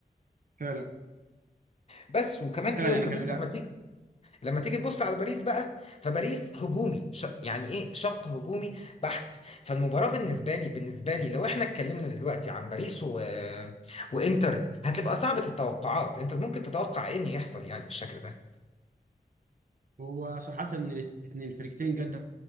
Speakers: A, on the right (about 60°); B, on the left (about 40°).
A: فعلا
B: بس وكمان ايه
A: فعلا
B: وكمان
A: يعني كان لا
B: لما تيجي لما تيجي تبص على باريس بقى فباريس هجومي ش... يعني ايه شق هجومي بحت فالمباراة بالنسبة لي بالنسبة لي لو احنا اتكلمنا دلوقتي عن باريس و... وانتر هتبقى صعبة التوقعات انت ممكن تتوقع ايه ان يحصل يعني بالشكل ده
A: هو صراحة الاثنين الفريقين جد